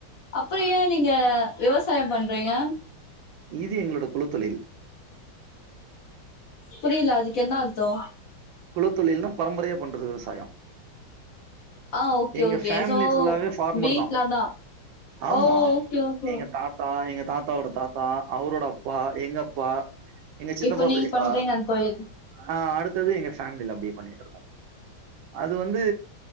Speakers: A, on the left; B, on the right.
A: அப்புறோ ஏ நீங்க விவாசாய பண்றீங்க
B: இது எங்களோட குலதொழில்
A: புரியில அதுக்கு என்ன அர்த்தொ
B: குல தொழில்னா பரம்பரையா பண்றது விவசாயோ
A: ஆ ஓகே,
B: எங்க
A: ஓகே.
B: ஃபேமிலி
A: சோ
B: ஃபுல்லாவே ஃபார்மர்
A: வீட்ல
B: தா
A: அதான்.
B: ஆமா
A: ஓ! ஓகே, ஓகே.
B: எங்க தாத் தா எங்க தாத்தாவோட தாத்தா அவரோட அப்பா எங்க அப்பா எங்க சித்தப்பா
A: இப்போ நீங்க
B: பெரியப்பா
A: பண்றீங்க அந்த தொழில்.
B: அ அடுத்தது எங்க ஃபேமிலியில அப்டியே பண்ணிட்டு இருக்கோ அது வந்து